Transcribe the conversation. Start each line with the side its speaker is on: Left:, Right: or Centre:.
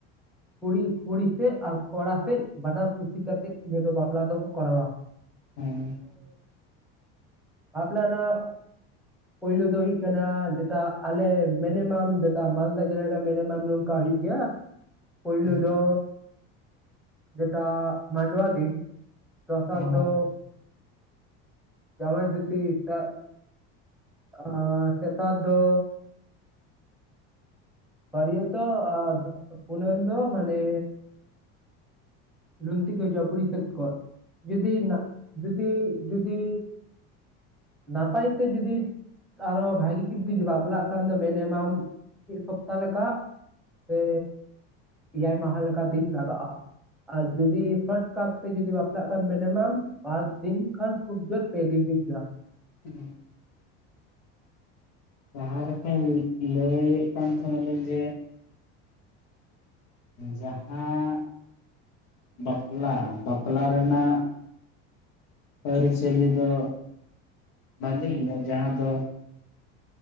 Centre: ᱠᱩᱲᱤ ᱠᱩᱲᱤ ᱥᱮᱫ ᱟᱨ ᱠᱚᱲᱟ ᱥᱮᱫ᱾ ᱵᱟᱱᱟᱨ ᱠᱩᱥᱤ ᱠᱟᱛᱮᱜ ᱱᱤᱭᱟᱹ ᱫᱚ ᱵᱟᱯᱞᱟ ᱫᱚᱠᱚ ᱠᱚᱨᱟᱣᱟ <inaudible>
Left: ᱦᱮᱸ
Centre: ᱵᱟᱯᱞᱟ <unintelligible> ᱯᱩᱭᱞᱳ ᱫᱚ ᱦᱩᱭᱩᱜ ᱠᱟᱱᱟ ᱡᱮᱴᱟ ᱟᱞᱮ ᱢᱮᱱᱤᱢᱟᱢ ᱡᱮᱴᱟ ᱢᱟᱞᱫᱟ ᱡᱮᱞᱟ ᱨᱮ ᱢᱮᱱᱤᱢᱟᱢ ᱚᱠᱟ ᱦᱩᱭᱩᱜ ᱜᱮᱭᱟ, ᱯᱳᱭᱞᱳ
Left: ᱦᱮᱸ
Centre: ᱫᱚ ᱡᱮᱴᱟ ᱢᱟᱸᱰᱣᱟ ᱫᱤᱱ ᱫᱚᱥᱟᱨ
Left: ᱦᱚᱸ
Centre: ᱫᱚ ᱡᱟᱣᱭᱟᱭ ᱜᱟ. ᱛᱤ ᱴᱟᱜ ᱟᱨ <unintelligible> ᱫᱚ ᱵᱟᱹᱨᱭᱟᱛᱚᱜ ᱟᱨ <unintelligible> ᱫᱚ ᱢᱟᱱᱮ ᱞᱩᱝᱛᱤ ᱠᱚ ᱦᱤᱡᱩᱜᱼᱟ ᱠᱩᱲᱤ ᱥᱮᱫ ᱠᱷᱚᱡ ᱡᱩᱫᱤ ᱱᱟ ᱡᱩᱫᱤ ᱡᱩᱫᱤ ᱱᱟᱯᱟᱭ ᱛᱮ ᱡᱩᱫᱤ ᱟᱨᱚ ᱵᱷᱟᱜᱤ ᱴᱷᱤᱠ <unintelligible> ᱵᱟᱯᱞᱟᱜ ᱠᱷᱟᱱ ᱫᱚ ᱢᱤᱱᱤᱢᱟᱢ ᱢᱤᱫ ᱥᱚᱯᱛᱟ ᱞᱮᱠᱟ ᱥᱮ ᱮᱭᱟᱭ ᱢᱟᱦᱟ ᱞᱮᱠᱟ ᱫᱤᱱ ᱞᱟᱜᱟᱜᱼᱟ ᱟᱨ ᱡᱩᱫᱤ ᱥᱚᱴᱠᱟᱴ <unintelligible> ᱡᱩᱫᱤ ᱵᱟᱯᱞᱟᱜ ᱠᱷᱟᱱ ᱵᱮᱱ ᱢᱤᱱᱤᱢᱟᱢ ᱵᱟᱨ ᱫᱤᱱ ᱠᱷᱟᱱ ᱠᱷᱩᱵ ᱡᱳᱨ ᱯᱮ ᱫᱤᱱ ᱦᱩᱭᱩᱜ ᱜᱮᱭᱟ
Left: <inaudible> ᱛᱟᱦᱟᱞᱮ ᱠᱷᱟᱱ ᱞᱟᱹᱭ ᱮᱫ ᱠᱟᱱ ᱛᱟᱦᱮ ᱱᱟᱞᱤᱧ ᱡᱮ ᱡᱟᱦᱟᱸ ᱵᱟᱯᱞᱟ ᱵᱟᱯᱞᱟ ᱨᱮᱱᱟᱜ ᱟᱹᱨᱤᱪᱟᱹᱞᱤ ᱫᱚ ᱵᱷᱟᱞᱤ ᱜᱮᱭᱟ ᱡᱟᱦᱟᱸ ᱫᱚ